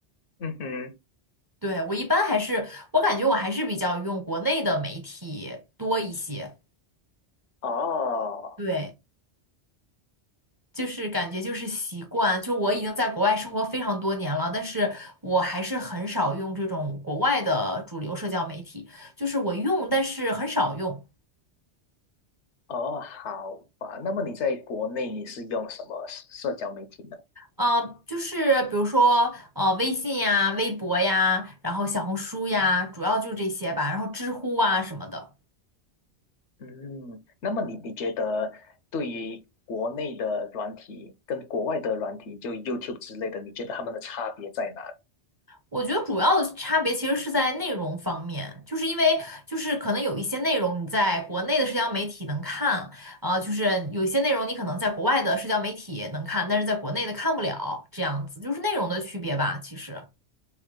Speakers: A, on the left; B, on the right.
A: 嗯哼，
B: 对，我一般还是，我感觉我还是比较用国内的媒体多一些。
A: 哦
B: 对，就是感觉就是习惯，就我已经在国外生活非常多年了，但是我还是很少用这种国外的主流社交媒体，就是我用，但是很少用。
A: 哦，好吧。那么你在国内你是用什么社交媒体呢？
B: 呃，就是比如说，呃，微信呀、微博呀，然后小红书呀，主要就是这些吧。然后知乎啊什么的，
A: 嗯，那么你你觉得对于国内的软体跟国外的软体，就 YouTube 之类的，你觉得他们的差别在哪里？
B: 我觉得主要的差别其实是在内容方面，就是因为就是可能有一些内容你在国内的社交媒体能看，啊、就是有一些内容你可能在国外的社交媒体能看，但是在国内的看不了，这样子就是内容的区别吧，其实。